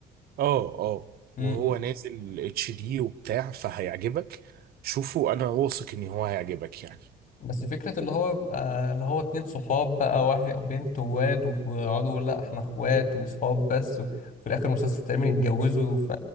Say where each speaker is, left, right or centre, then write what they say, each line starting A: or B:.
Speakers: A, on the right (about 65°); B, on the left (about 50°).
A: اه اه
B: امم
A: وهو نازل اتش دي وبتاع فهيعجبك شوفه انا واثق ان هو هيعجبك يعني
B: بس فكره اللي هو بقى اللي هو اتنين صحاب بقى واحد بنت وواد ويقعدوا يقولوا لا احنا اخوات وصحاب بس وفي الاخر المسلسل تقريبا يتجوزوا ف